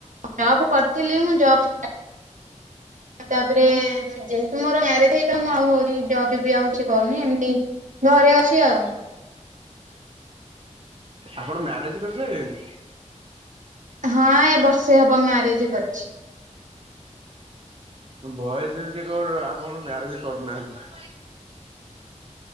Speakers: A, on the right (about 80°); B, on the right (about 45°).
A: ଜବ କରିଥିଲି ମୁଁ ଜବ୍ ତାପରେ ଯେହେତୁ ମୋର ମ୍ୟାରେଜ ହେଇଗଲା ମୁଁ ଆଉ ହଉଛି ଜବ ବି ଆଉ କିଛି କରୁନି ଏମିତି ଘରେ ଅଛି ଆଉ।
B: ଆପଣ ମ୍ୟାରେଜ୍ କରିସାରିଲେଣି।
A: ହଁ ଏ ବର୍ଷେ ହବ ମ୍ୟାରେଜ କରିଛି।
B: ବୟସ ରେ ଯିଏ କହିବ ଆପଣ ମ୍ୟାରେଜ କରି ନାହାନ୍ତି।